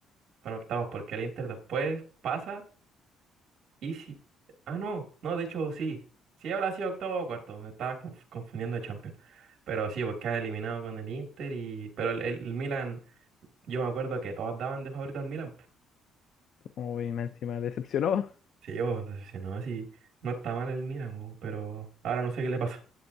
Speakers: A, on the right; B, on the left.
A: fueron octavos, porque el Inter después pasa y sí. Ah, no, no, de hecho sí, sí habrá sido octavo o cuarto, me estaba conf- confundiendo de Champions. Pero sí, porque han eliminado con el Inter y, pero el, el Milan, yo me acuerdo que todos daban de favorito al Milan.
B: Uy, más encima decepcionó.
A: Sí, yo decepcionado, sí. No está mal el Milan, weón, pero ahora no sé qué le pasó.